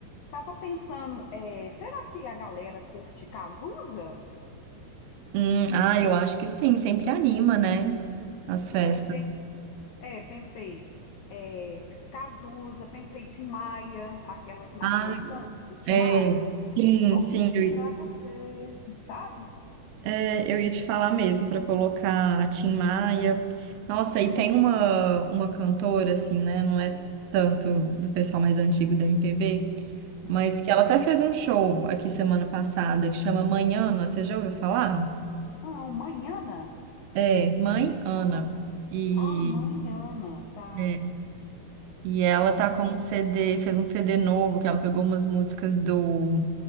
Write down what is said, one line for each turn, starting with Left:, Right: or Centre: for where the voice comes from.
Left: tava pensando, é, será que a galera curte Cazuza?
Right: Hum, ah, eu acho que sim. Sempre anima, né? As
Left: né?
Right: festas.
Left: É, pensei, é, Cazuza, pensei Tim Maia, aquelas mais
Right: Ah,
Left: dançantes do Tim
Right: é.
Left: Maia.
Right: Sim,
Left: Vou
Right: sim.
Left: pedir
Right: Eu, i-
Left: pra você, sabe?
Right: é, eu ia te falar mesmo para colocar a Tim Maia. Nossa, e tem uma, uma cantora, assim, né? Não é tanto do pessoal mais antigo da MPB,
Left: Hum.
Right: mas que ela até fez um show aqui semana passada que chama Manhana. Você já ouviu falar?
Left: Não, Manhana.
Right: É, mãe Ana.
Left: Ah,
Right: E,
Left: ah, Manhana, tá.
Right: é, e ela
Left: Entendi.
Right: tá com um CD, fez um CD novo, que ela pegou umas músicas do,